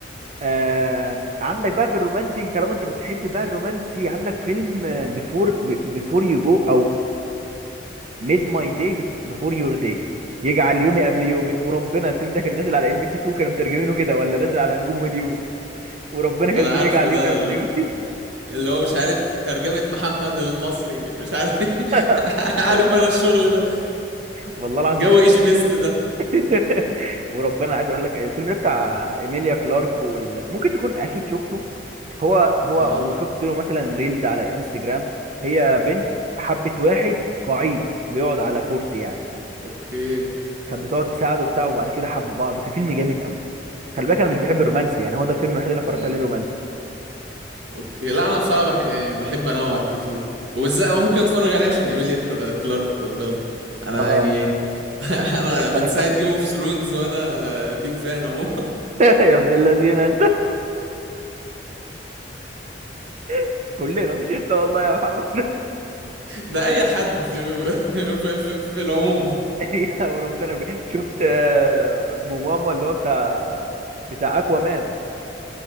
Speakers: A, on the right; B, on the right.
A: آه... عندك بقى في الرومانسي طالما انت بتحب بقى الرومانسي عندك فيلم بيفور بيفور يو جو او ميد ماي داي بيفور يور داي يجعل يومي قبل يومك وربنا الفيلم ده كان نازل على ام بي سي 2 كانوا مترجمينه كده ولا نازل على نجوم هوليوود وربنا كان
B: انا
A: بيقول
B: عارفه
A: يجعل
B: ده
A: يومي قبل
B: ال-
A: يومك
B: اللي هو مش عارف ترجمة محمد المصري مش عارف إيه.
A: <laughs>
B: <laughs>
A: والله
B: عارف انا الشغل ده
A: والله العظيم
B: جو ايجي بيست ده
A: <laughs> وربنا عايز اقول لك الفيلم ده بتاع ايميليا كلارك وال... ممكن تكون اكيد شفته هو هو
B: اه
A: او شفت له مثلا ريلز على الانستجرام هي بنت حبت واحد قعيد بيقعد على كرسي يعني
B: اوكي
A: كانت بتقعد تساعده وبتاع وبعد كده حبوا بعض وكان فيلم جامد قوي خلي بالك انا مش بحب الرومانسي يعني هو ده الفيلم الوحيد اللي أنا
B: امم
A: اتفرجت عليه رومانسي
B: اوكي لا انا بصراحه بح... يعني بحب انوع كتير وبالذات ممكن اتفرج عليه عشان ايميليا كلا- كلارك خد بالك انا
A: اه
B: يعني <laughs> انا
A: اتفرجت
B: من ساعه
A: <laughs>
B: جيم اوف ثرونز وانا بيج فان اهو
A: يا ابن اللذينه انت <laughs> كلنا مش انت والله يا محمد
B: ده اي حد <laughs> في, في, في العموم
A: <laughs> يا وربنا بجد. شفت آه، موماما اللي هو بتاع بتاع اكوا مان